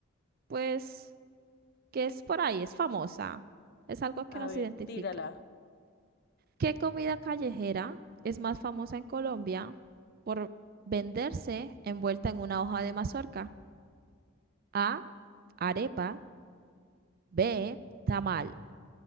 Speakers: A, on the right; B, on the left.
A: pues, que es por ahí, es famosa, es algo que
B: A
A: nos
B: ver,
A: identifica.
B: tírala.
A: ¿Qué comida callejera es más famosa en Colombia por venderse envuelta en una hoja de mazorca? A, arepa, B, tamal,